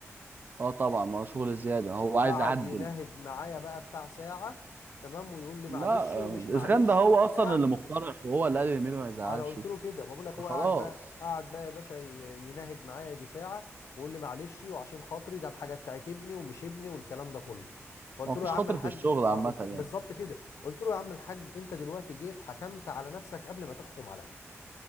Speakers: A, on the right (about 35°); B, on the left (about 80°).
A: اه طبعا ما هو شغل زيادة هو عايز
B: قعد
A: يعدل
B: يناهد معايا بقى بتاع ساعة تمام ويقول لي
A: لا
B: معلش
A: آه،
B: ومش
A: الاسخان
B: معلش
A: ده هو
B: وبتاع
A: اصلا اللي مخترع وهو اللي قال اليمين ما يزعلش
B: ما انا قلت له كده ما بقول لك هو
A: خلاص
B: قعد بقى قعد بقى يا باشا ي- يناهد معايا يجي ساعة ويقول لي معلش وعشان خاطري ده الحاجة بتاعت ابني ومش ابني والكلام ده كله فقلت
A: هو مفيش
B: له يا عم
A: خاطر
B: الحاج
A: في الشغل
B: ما
A: عامة
B: قلت بالظبط
A: يعني
B: كده قلت له يا عم الحاج انت دلوقتي جيت حكمت على نفسك قبل ما تحكم عليا